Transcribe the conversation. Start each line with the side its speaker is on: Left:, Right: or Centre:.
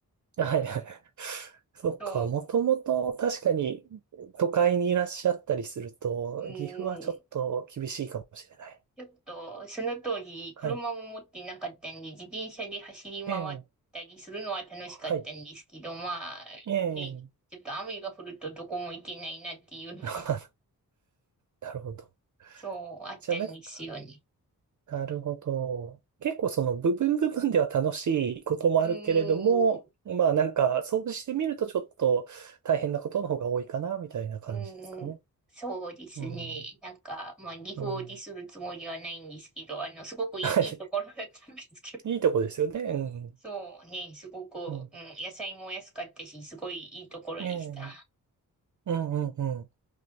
Right: はい。<laughs> そっか。
Centre: そ
Right: もともと確かに都会にいらっしゃったりすると、
Centre: う、うん、
Right: 岐阜はちょっと厳しいかもしれない。
Centre: ちょっと、その当時、
Right: はい。
Centre: 車も持ってなかったんで、自転車で走り回ったりするのは楽しかったんですけど、
Right: ええ、はい。
Centre: まあ、
Right: ええ。
Centre: ね、ちょっと雨が降るとどこも行けないなっていうのも、
Right: あ、なるほど。
Centre: そう、あったんですよね。
Right: じゃあなんか、なるほど。結構その部分部分では楽しいこともあるけれども、
Centre: うーん。
Right: まあなんか、掃除してみるとちょっと大変なことの方が多いかな、みたいな感じですかね。
Centre: うん、そうですね。
Right: うん。
Centre: なんか、まあ、二合でするつもりはないんですけど、
Right: うん。
Centre: あの、すごくいい、
Right: は
Centre: いいところだったんですけど。
Right: い。<laughs> いいとこですよね。うん。
Centre: <laughs> そうね、すごく、
Right: うん。
Centre: うん、野菜も安かったし、すごいいいところでした。
Right: ええ。うんうんうん。